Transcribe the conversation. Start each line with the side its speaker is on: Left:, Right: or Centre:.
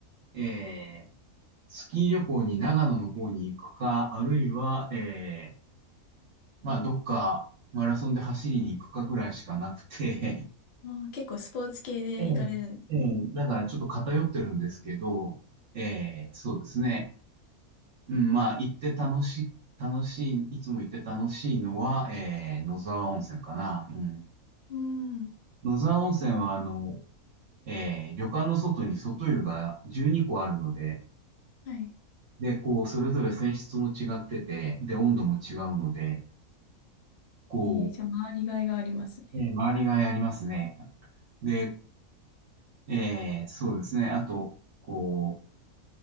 Right: えースキー旅行に長野の方に行くか、あるいは、えーまあ、どっかマラソンで走りに行くかぐらいしかなくて、
Left: ああ、結構スポーツ系で行かれるんですね。
Right: ええ、ええだからちょっと偏ってるんですけど、ええ、そうですね。うん、まあ、行って楽しい、楽しい、いつも行って楽しいのは、えー、野沢温泉かな。うん。
Left: うん、
Right: 野沢温泉は、あの、えー、旅館の外に外湯が12個あるので、
Left: はい。
Right: で、こう、それぞれ泉質も違ってて、で、温度も違うので、こ
Left: えー、じゃあ、回りがいがありますね。
Right: う、えー周りがやりますね。で、えー、そうですね。あと、こう、